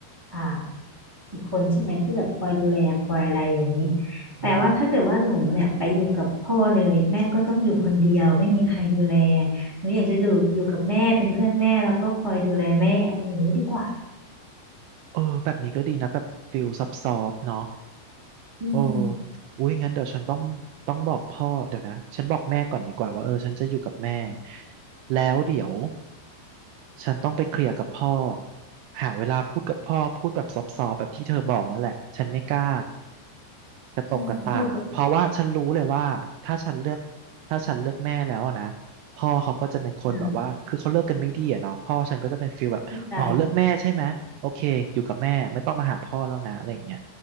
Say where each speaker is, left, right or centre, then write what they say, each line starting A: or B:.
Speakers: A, on the right (about 15°); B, on the right (about 85°).
A: อ่าอีกคนใช่ไหมที่แบบคอยดูแลคอยอะไรอย่างนี้แต่ว่าถ้าเกิดว่าหนูเนี่ยไปอยู่กับพ่อเลยอะแม่ก็ต้องอยู่คนเดียวไม่มีใครดูแล
B: อืม
A: หนูอยากจะดูอยู่กับแม่เป็นเพื่อนแม่แล้วก็คอยดูแลแม่อะไรอย่างนี้ดีกว่า
B: เออแบบนี้ก็ดีนะแบบฟิลซับซอบเนาะ
A: อืม
B: โอ้อุ้ยงั้นเดี๋ยวฉันต้องต้องบอกพ่อเดี๋ยวนะฉันบอกแม่ก่อนดีกว่าว่าเออฉันจะอยู่กับแม่แล้วเดี๋ยว ฉันต้องไปเคลียร์กับพ่อหาเวลาพูดกับพ่อพูดแบบซอฟๆแบบที่เธอบอกนั่นแหละฉันไม่กล้า กระตกกระตาก
A: ใช่เธอแบบ
B: เพราะว่าฉันรู้เลยว่าถ้าฉันเลือกถ้าฉันเลือกแม่แล้วอะนะพ่อเขาก็จะเป็นคนแบบว่าคือเขาเลิกกันไม่ดีอะเนาะพ่อฉันก็จะเป็นฟีลแบบอ๋อเลือกแม่ใช่ไหมโอเคอยู่กับแม่ไม่ต้องมาหาพ่อแล้วนะอะไรอย่างเงี้ย
A: อ่าเข้าใจ